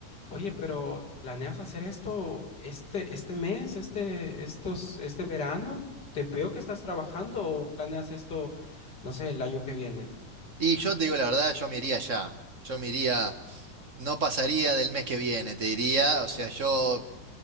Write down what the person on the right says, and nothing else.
Y yo te digo la verdad, yo me iría ya. Yo me iría, no pasaría del mes que viene, te diría. O sea, yo...